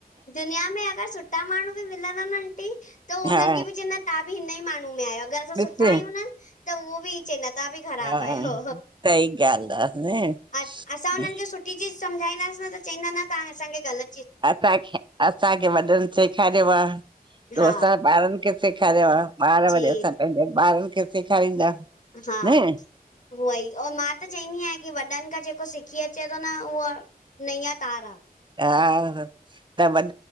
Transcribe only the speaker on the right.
हा
ॾिस
हा
सही ॻाल्हि आहे न
<inaudible>
असांखे-असांखे वॾन सेखारियो आ त
असां ॿारन खे। सेखारियो आ ॿार
वरी असां पैंजे ॿारन खे सेखारींदा।
न
हा त वॾन